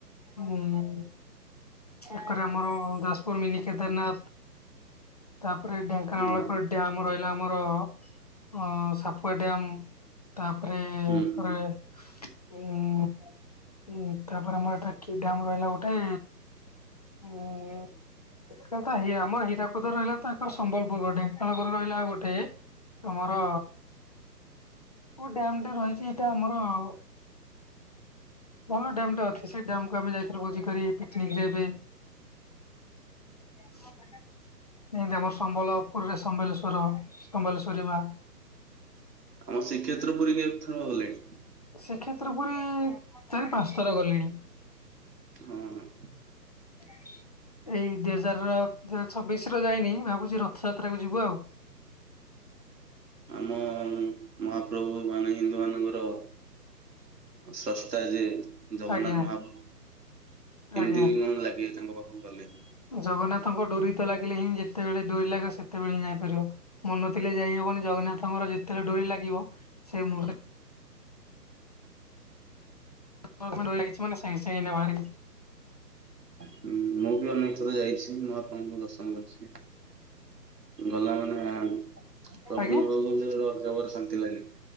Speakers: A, on the left; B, on the right.
A: ମୁଁ <inaudible> ଆମର ଯାଜପୁର ମିନି କେଦାରନାଥ। ତାପରେ ଢେଙ୍କାନାଳ
B: ହଁ
A: ଏପଟେ ଡ୍ୟାମ ରହିଲା ଆମର ହଁ ସାପୁଆ ଡ୍ୟାମ୍ ତାପରେ
B: ଉଁ ହୁଁ।
A: ଅ ଉଁ ଉଁ ତାପରେ ଆମର ଏଟା କି ଡ୍ୟାମ ରହିଲା ଗୋଟେ ଉଁ <unintelligible> ତ ହେଇଆ ଆମର ହୀରାକୁଦ ରହିଲା ତ <unintelligible> ସମ୍ବଲପୁର ପଟେ ତାପରେ ରହିଲା ଆଉ ଗୋଟେ ତମର କୋଉ ଡ୍ୟାମ ଟା ରହିଚି ଏଇଟା ଆମର ଆଉ ଭଲ ଡ୍ୟାମ ଟେ ଅଛି। ସେଇ ଡ୍ୟାମ କୁ ଆମେ ଯାଇଥିଲୁ ଭୋଜି କରି ପିକନିକ ରେ। ବେ ଏନ୍ତି ଆମର ସମ୍ବଲପୁରରେ ସମ୍ବଲେଶ୍ଵର, ସମ୍ବଲେଶ୍ଵରୀ ମା।
B: ଆମ ଶ୍ରୀକ୍ଷେତ୍ର ପୁରୀ କେ ଥର ଗଲେଣି?
A: ଶ୍ରୀକ୍ଷେତ୍ର ପୁରୀ ଚାରି ପାଞ୍ଚ ଥର ଗଲିଣି।
B: ଅଁ ହଁ ହୁଁ।
A: <inaudible> ଏଇ ଦି ହଜାର ଯ ଛବିଶ ର ଯାଇନି ଭାବୁଛି ରଥଯାତ୍ରା କୁ ଯିବୁ ଆଉ।
B: ଆମ ମହାପ୍ରଭୁ ମାନେ ହିନ୍ଦୁ ମାନଙ୍କର ସ୍ରଷ୍ଟା ଯେ ଜଗନ୍ନାଥ
A: ଆଜ୍ଞା
B: ମହାପ୍ରଭୁ କେମିତି
A: ଆଜ୍ଞା
B: କଣ ଲାଗେ ତାଙ୍କ ପାଖକୁ ଗଲେ?
A: ଜଗନ୍ନାଥଙ୍କ ଡୋରି ତ ଲାଗିଲେ ହିଁ ଯେତେବେଳେ ଡୋରି ଲାଗିବ ସେତେବେଳେ ହିଁ ଯାଇପାରିବ। ମନ ଥିଲେ ଯାଇ ହବନି ଜଗନ୍ନାଥଙ୍କର ଯେତେବେଳେ ଡୋରି ଲାଗିବ ସେ ମୁହୂର୍ତ <unintelligible> ଲାଗିଛି ମାନେ ସାଙ୍ଗେ ସାଙ୍ଗେ ଏଇନେ ବାହାରି। <unintelligible>
B: ହୁଁ ମୁଁ ବି ଅନେକ ଥର ଯାଇଛି ମହାପ୍ରଭୁଙ୍କୁ ଦର୍ଶନ କରିଛି। ଗଲା ମାନେ ପ୍ରଭୁଙ୍କ
A: ଆଜ୍ଞା
B: ପାଖକୁ <unintelligible> ଶାନ୍ତି ଲାଗେ।